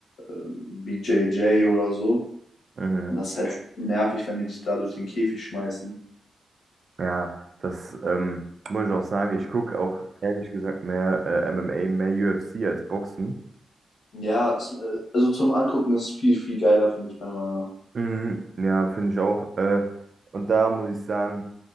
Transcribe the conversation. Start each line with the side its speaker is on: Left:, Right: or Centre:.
Left: ähm, BJJ oder so.
Right: Mhm.
Left: Und das ist halt nervig, wenn die dich da durch den Käfig schmeißen.
Right: Ja, das ähm, muss ich auch sagen. Ich gucke auch ehrlich gesagt mehr äh, MMA, mehr UFC als Boxen.
Left: Ja, es, äh, also zum Angucken ist viel, viel geiler, finde ich meiner Meinung nach.
Right: Mhm. Ja, finde ich auch. Äh, und da muss ich sagen,